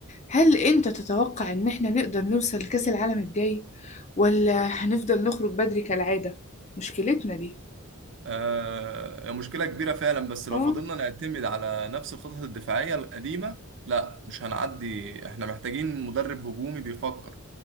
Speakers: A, on the left (about 30°); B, on the right (about 55°).
A: هل انت تتوقع ان احنا نقدر نوصل لكأس العالم الجاي ولا هنفضل نخرج بدري كالعاده مشكلتنا دي
B: آه مشكله كبيره فعلا بس لو
A: اه
B: فضلنا نعتمد على نفس الخطط الدفاعيه القديمه لا مش هنعدي احنا محتاجين مدرب هجومي بيفكر